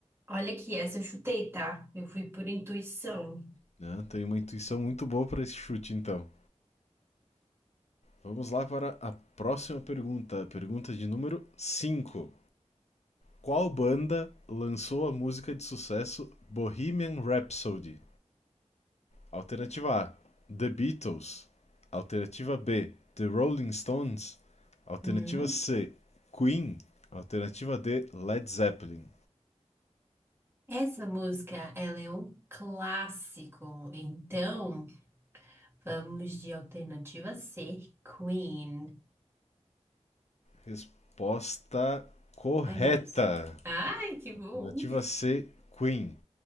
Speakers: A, on the right (about 20°); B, on the left (about 65°).
A: Olha aqui, essa eu chutei, tá? Eu fui por intuição.
B: Né? Tem uma intuição muito boa para esse chute, então. Vamos lá para a próxima pergunta. Pergunta de número 5. Qual banda lançou a música de sucesso Bohemian Rhapsody? Alternativa A, The Beatles. Alternativa B, The Rolling Stones. Alternativa
A: Hum,
B: C, Queen. Alternativa D, Led Zeppelin.
A: Essa música, ela é um clássico. Então, vamos de alternativa C, Queen.
B: Resposta correta.
A: Ai, meu Deus. Ai, que bom.
B: Alternativa C, Queen.